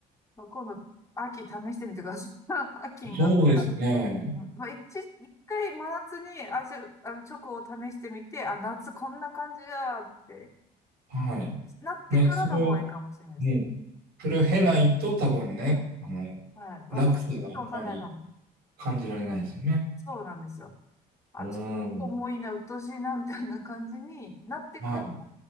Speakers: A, on the left (about 20°); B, on the right (about 70°).
A: まあ今度、秋試してみてください。<laughs> 秋になったら。
B: そうですね。
A: うんまあ、一、一回真夏に味、あの、チョコを試してみて、あ、夏こんな感じだって
B: はい。
A: なってからの方がいいかもしれないです。
B: ね、それを、うん。それを経ないと多分ね、
A: うん。
B: あの、
A: はい。わか、
B: 落差があんまり
A: ちょっとわかんないかも。
B: 感じられないですよね。
A: うんそうなんですよ。あ、
B: うん。
A: ちょっと重いな、うっとしいな、みたいな感じになってから、
B: はい。